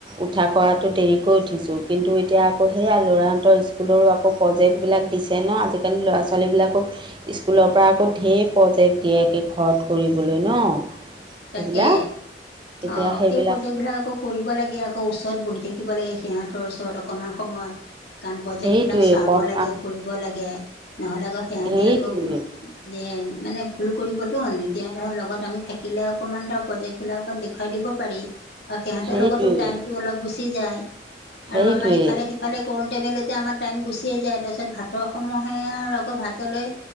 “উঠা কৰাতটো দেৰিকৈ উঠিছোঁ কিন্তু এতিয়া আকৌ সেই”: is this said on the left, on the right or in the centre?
Right